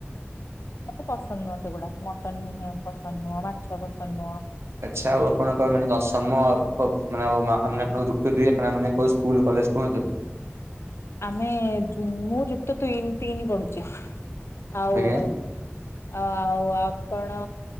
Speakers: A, on the left (about 70°); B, on the right (about 70°).
A: ମତେ ପସନ୍ଦ ନୁହଁ ସେଗୁଡ଼ା ମଟନ ପସନ୍ଦ ନୁହଁ ମାଛ ପସନ୍ଦ ନୁହଁ
B: ଆଚ୍ଛା ଆଉ ଆପଣଙ୍କ ମାନେ ଦଶମ ପ ମାନେ ଆଉ ମା ଆମେ ଆପଣଙ୍କୁ ଯୁକ୍ତ ଦୁଇ ଆପଣ ମାନେ କୋଉ ସ୍କୁଲ କଲେଜ କୁହନ୍ତୁ?
A: ଆମେ ଯୁ ମୁଁ ଯୁକ୍ତ ତୁଇନ ତିନି ପଢ଼ୁଛି ଆଉ
B: ଆଜ୍ଞା
A: ଆଉ ଆପଣ